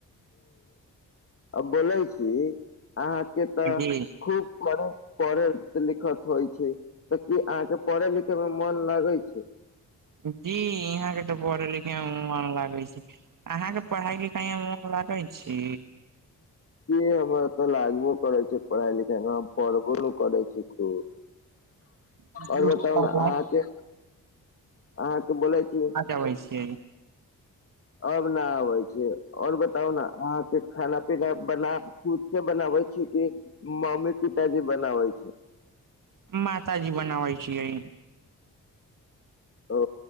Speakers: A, on the left; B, on the right.
A: अ बोलै छी अहाँके तऽ
B: जी
A: खूब करा पढ़त-लिखत होय छै तऽ की अहाँ के पढ़े-लिखे मे मन लागै छै।
B: जी इहाँ के तऽ पढ़े-लिखे मे मन लागे छै। अहाँ के पढ़ाई-लिखाई मे मुन लागै छी।
A: जी हमरा तऽ लागबो करे छै पढ़ाई-लिखाई मे हम पढ़बो करै छी खूब।
B: अहाँके
A: और बताउ ना अहाँ के, अहाँ के बोलै छी
B: पढ़े छियै।
A: अब न आबै छै और बताउ ना अहाँके खाना-पीना बना खुद से बनाबै छी कि मम्मी-पिताजी बनाबै छै।
B: माता जी बनावय छीये।
A: ओ,